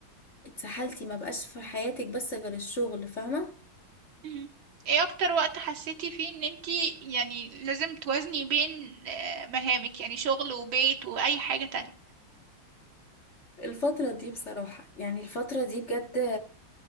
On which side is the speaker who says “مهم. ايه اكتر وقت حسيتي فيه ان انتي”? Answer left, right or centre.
Right